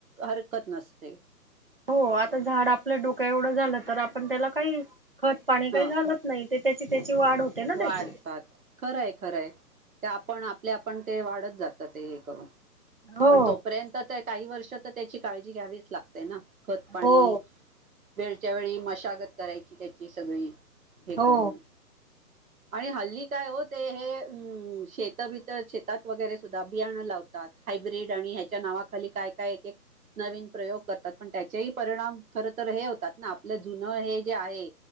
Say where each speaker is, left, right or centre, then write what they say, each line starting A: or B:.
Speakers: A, on the right; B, on the right.
A: हरकत नसते
B: हो आता झाड आपल्या डोक्या एवढं झालं तर आपण त्याला काही खत पाणी काही
A: हा
B: घालत नाही ते त्याची त्याची वाढ होते ना
A: वाढतात
B: त्याची
A: खरंय खरंय ते आपण आपले आपण ते वाढत जात ते हे करून
B: हो
A: पण तोपर्यंत काही वर्ष तर त्याची काळजी घ्यावीच लागते ना खत पाणी
B: हो
A: वेळच्या वेळी मशागत करायची त्याची सगळी हे
B: हो
A: करून आणि हल्ली काय हो ते हे शेत भर शेतात वगैरे सुद्धा बियाणं लावतात हायब्रीड आणि ह्याच्या नावाखाली काय-काय एक-एक नवीन प्रयोग करतात. पण त्याचेही परिणाम. खर तर हे होतात ना. आपलं जुन हे जे आहे